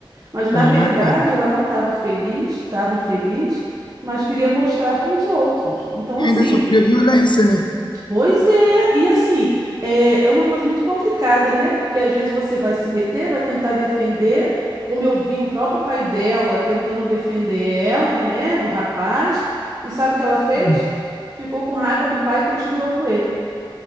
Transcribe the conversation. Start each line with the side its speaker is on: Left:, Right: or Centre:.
Right: Mas
Left: caraca.
Right: na verdade ela não estava feliz, estava infeliz, mas queria mostrar para os outros. Então
Left: E
Right: assim,
Left: ainda sofria violência, né?
Right: Pois é, e assim, é, é uma coisa muito complicada, né? Porque às vezes você vai se meter, vai tentar defender, como eu vi o próprio pai dela tentando defender ela, né, do rapaz, e sabe o que ela fez?
Left: Hum.
Right: Ficou com raiva do pai e continuou com ele.